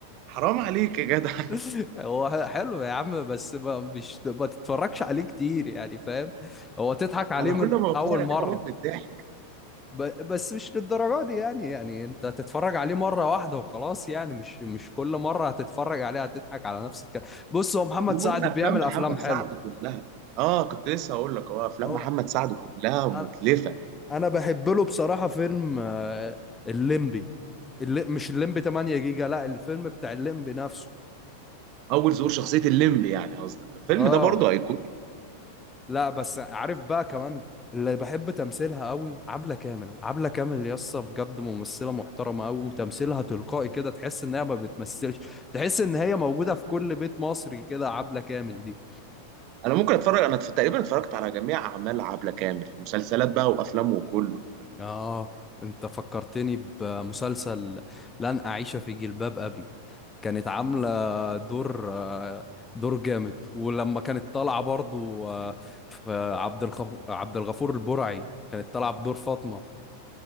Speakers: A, on the right (about 40°); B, on the left (about 15°).
A: حرام عليك يا جدع <laughs>
B: <laughs> هو ح- حلو يا عم بس ما مش ما تتفرجش عليه كتير يعني فاهم هو تضحك عليه
A: انا
B: من
A: كل ما بتفرج
B: اول مره
A: عليه بموت من الضحك
B: ب- بس مش للدرجة دي يعني يعني انت هتتفرج عليه مرة واحدة وخلاص يعني مش مش كل مرة هتتفرج عليه هتضحك على نفس الكلام بص هو محمد
A: ومن
B: سعد
A: افلام
B: بيعمل افلام
A: محمد
B: حلوة
A: سعد كلها اه كنت لسه هقول لك هو افلام
B: هو
A: محمد سعد كلها متلفه
B: انا انا بحب له بصراحة فيلم آه، الليمبي اللي مش الليمبي 8 جيجا لا الفيلم بتاع الليمبي نفسه
A: اول ظهور شخصيه الليمب يعني قصدك الفيلم
B: اه
A: ده برضه هيكون
B: لا بس عارف بقى كمان اللي بحب تمثيلها قوي عبلة كامل عبلة كامل يسطا بجد ممثلة محترمة قوي وتمثيلها تلقائي كده تحس ان هي ما بتمثلش تحس ان هي موجودة في كل بيت مصري كده عبلة كامل دي
A: انا ممكن اتفرج انا تقريبا اتفرجت على جميع اعمال عبله كامل مسلسلات بقى وافلامه وكله
B: اه انت فكرتني بمسلسل لن أعيش في جلباب أبي كانت عاملة دور آه، دور جامد ولما كانت طالعة برضو آه، في عبد الغف- عبد الغفور البرعي كانت طالعة بدور فاطمة